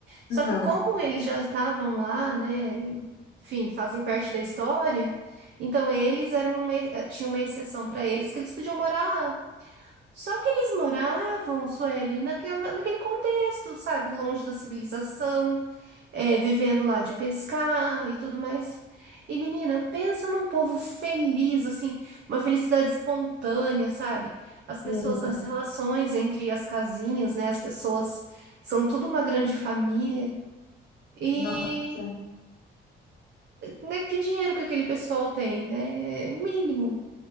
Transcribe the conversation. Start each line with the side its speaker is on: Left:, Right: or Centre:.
Right: Só
Left: Aham.
Right: que como eles já estavam lá, né? e, enfim, fazem parte da história, então eles eram uma, tinha uma exceção para eles que eles podiam morar só que eles moravam, Suelen, naquela, naquele contexto, sabe? Longe da civilização, é, vivendo lá de pescar e tudo mais. E, menina, pensa num povo feliz, assim, uma felicidade espontânea, sabe? As pessoas,
Left: Sim,
Right: as relações entre as casinhas, né? As pessoas são tudo uma grande família. E,
Left: nossa,
Right: né, que dinheiro que aquele pessoal tem, né? O mínimo